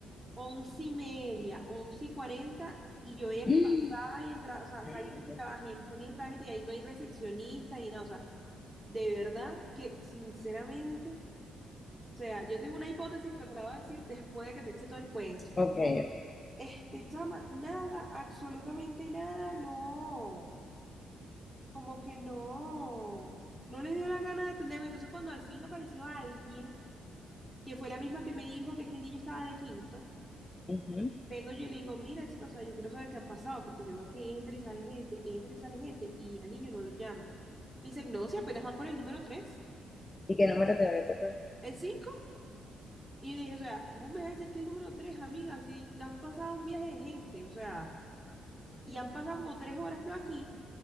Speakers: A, in the centre; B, on the left.
A: 11 y media, 11 y 40, y yo veía
B: <gasps>
A: que
B: Mm.
A: pasaba y entraba, o sea,
B: Ay,
A: salía y entraba gente, salía y entraba gente, y ahí no hay recepcionista ni nada, o sea, de verdad que, sinceramente, o sea, yo tengo una hipótesis, pero te la voy a decir después de que te eche todo el cuento.
B: Ok, ok.
A: Este, chama, nada, absolutamente nada, no, como que no, no les dio la gana de atenderme. Entonces, cuando al fin apareció alguien, que fue la misma que me dijo que es que el niño estaba de quinto,
B: ujú.
A: vengo yo y le digo, mira, chicos, o sea, yo quiero saber qué ha pasado, porque yo veo que entra y sale gente, entra y sale gente, y al niño no lo llama. Me dice, no, si apenas van por el número tres
B: ¿Y qué número te voy a tocar?
A: el cinco Y yo le dije, o sea, ¿cómo me vas a decir que el número tres amiga? Si han pasado un viaje de gente, o sea, y han pasado como tres horas yo aquí.